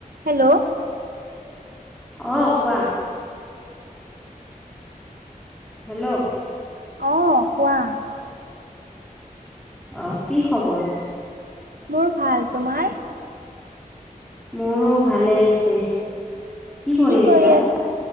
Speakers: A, on the right (about 80°); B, in the centre.
A: হেল্ল'
B: অ' কোৱা। হেল্ল'
A: অ' কোৱা।
B: আহ কি খবৰ।
A: মোৰ ভাল তোমাৰ।
B: মোৰো ভালে আছে, কি কৰি
A: কি
B: আছা?
A: আছ